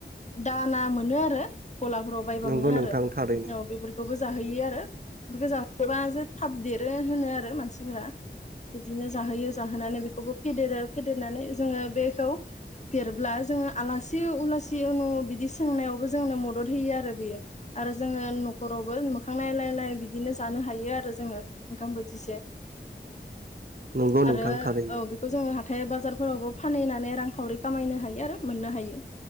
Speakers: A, on the left (about 40°); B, on the right (about 55°).
A: दाना मोनो आरो गलाफोराव बायबा
B: नंगौ
A: मोनो
B: नोंथां
A: आरो
B: थारैनो
A: औ बेफोरखौबो जों जाहोयो आरो बेखौ जाहोबा जे थाब देरो होनो आरो मानसिफोरा बिदिनो जाहोयो जाहोनानै बेखौबो फेदेरो फेदेरनानै जोड़ो बेखौ देरब्ला जोड़ो आलासि-उलासि उनु बिदि सोंनायावबो जोंनो मदद होयो आरो बेयो आरो जोङो न'खरावबो मोखां नायलायलाय बिदिनो जानो हायो आरो जोङो ओंखाम बोथिसे
B: नंगौ नोंथां
A: आरो
B: थारैनो
A: औ बेखौ जोङो हाथाय बाजार फोरावबो फानहैनानै रांखावरि खामायनो हायो आरो मोननो हायो।